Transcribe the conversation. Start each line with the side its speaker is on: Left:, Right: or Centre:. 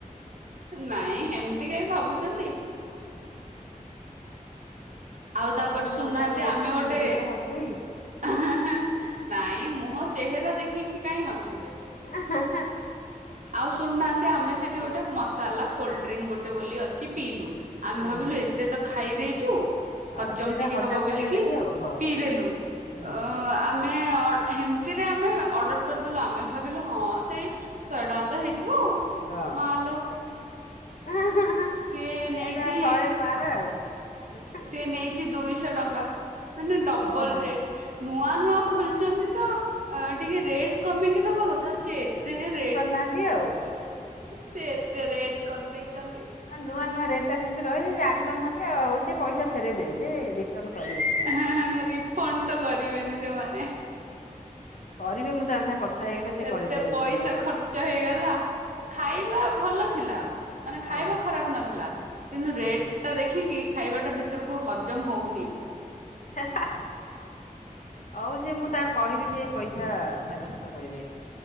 Right: ନାଇଁ ହେମିତ କା ଭାବୁଛନ୍ତି?
Left: ହୁଁ।
Right: ଆଉ ତାପରେ ଶୁଣୁନାହାନ୍ତି
Left: ମୁହଁ ଟାକୁ ଦେଖି
Right: ଆମେ
Left: ମୁଁ
Right: ଗୋଟେ
Left: ନିଜେ ତ ହସେଇବି।
Right: ହେଁ ହେଁ ନାଇଁ ମୁହଁ ଚେହେରା ଦେଖିକି କାଇଁ ହସିବେ।
Left: <unintelligible>
Right: ଆଉ ଶୁଣୁନାହାଁନ୍ତି ଆମେ ସେଠି ଗୋଟେ ମସାଲା କୋଲଡ୍ରିଙ୍କ ଗୋଟେ ବୋଲି ଅଛି ପିଇଲୁ। ଆମେ
Left: ହୁଁ
Right: ଭାବିଲୁ
Left: ହୁଁ
Right: ଏତେ ତ ଖାଇ ଦେଇଚୁ
Left: ହଁ
Right: ହଜମ
Left: ସେଇଟା
Right: ଟିକେ ହବ ବୋଲିକି
Left: କରିବା ଲାଗି ଆଉ ହଁ।
Right: ପିଇଦଲୁ
Left: ହୁଁ
Right: ଅ
Left: ହୁଁ
Right: ଆମେ ଅ ହେମିତିରେ ଆମେ ଅର୍ଡର କରିଦେଲୁ ଆମେ ଭାବିଲୁ ହଁ ସେଇ ଶହେ ଟଙ୍କା ତ ହେଇଥିବ ଆଉ।
Left: ହଁ
Right: ମାଲୋ
Left: ଏଁ ହେଁ ହେଁ
Right: ସିଏ ନେଇଛି
Left: ଏଇଟା ଶହେ ପା ର ଆଉ। ହେଁ ହେଁ।
Right: ସେ ନେଇଛି ଦୁଇଶହ ଟଙ୍କା ମାନେ ଡବଲ
Left: ଓହୋ।
Right: ରେଟ। ନୂଆ ନୂଆ ଖୋଲିଛନ୍ତି ତ ଟିକେ ରେଟ୍ କମେଇକି ଦବା କଥା ସେଏଁ ଏତେ ରେଟ୍
Left: ନାହାନ୍ତି ଆଉ।
Right: ସେ ଏତେ ରେଟ୍ କରିଦେଇଚନ୍ତି।
Left: ଆଉ ନୂଆ ନୂଆ ରେଟ୍ ଟା ସେମିତି ରହିଛି ଜାଣିପାରୁନାହାନ୍ତି ଆଉ ସେ ପଇସା ଫେରଇ ଦେବେ ଯେ ରିଟର୍ନ କରିବେ। <inaudible>
Right: ହଁ ହଁ ରିଫଣ୍ଡ ତ କରିବେନି ସେମାନେ।
Left: କରିବେ ମୁଁ ତାଙ୍କ ସାଙ୍ଗେ କଥା ହେଇଗଲେ ସେ
Right: ଏତେ
Left: କରିଦେବେ
Right: ପଇସା
Left: ଯୋଉ
Right: ଖର୍ଚ୍ଚ ହେଇଗଲା। ଖାଇବା ଭଲ ଥିଲା ମାନେ ଖାଇବା
Left: ଓହୋ
Right: ଖରାପ ନଥିଲା। କିନ୍ତୁ
Left: ହୁଁ
Right: ରେଟ୍
Left: ହୁଁ।
Right: ଟା ଦେଖିକି ଖାଇବା ଟା ଭିତରକୁ ହଜମ ହୋଉନି।
Left: ଅଉ ସେ ମୁଁ ତାଙ୍କ କହିବି ସେ ପଇସା ଫେରସ୍ତ କରିବେ।